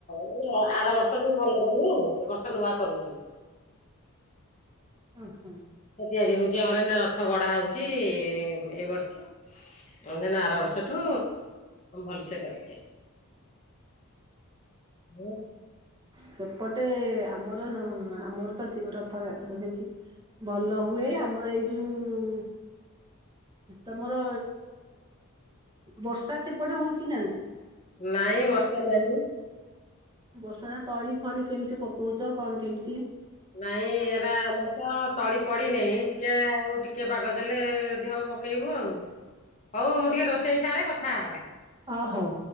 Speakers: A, on the left (about 35°); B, on the right (about 20°).
A: <inaudible> ଆର ବର୍ଷ କୁ ଭଲ କରୁବେ ଆଉ। ଏ ବର୍ଷ ନୂଆ କରୁଛନ୍ତି।
B: ଉଁ ହୁଁ
A: ରଥ ତିଆରି ହଉଛି। ଆମର ଏଇ ନା ରଥ ଗଢା ହଉଛି। ଏ ବର୍ଷ <inaudible> ଆର ବର୍ଷଠୁ ଭଲସେ କରିବେ। ହୁଁ
B: ସେପଟେ ଆମର ଆମର ତ ସେ ରଥଯାତ୍ରା ସେମିତି। ଭଲ ହୁଏ ଆମର ଏଇ ଯୋଉ। ତମର ବର୍ଷା ସେପଟେ ହଉଛି ନା ନାଇଁ।
A: ନାଇଁ ବର୍ଷା ନାଇଁ।
B: ବର୍ଷା ତଳି, ଫଳି କେମିତି ପକଉଛ କଣ କେମିତି?
A: ନାଇଁ ଏରା ଆମର ତ ତଳି ପଡି ନାହିଁ ଟିକେ ଆଉ ଟିକେ ପାଗ ଦେଲେ ଯଦି ହବ। ପକେଇବୁ ଆଉ ହଉ ମୁଁ ଟିକେ ରୋଷେଇ ସାରେ କଥା ହବା।
B: ଅ ହଉ।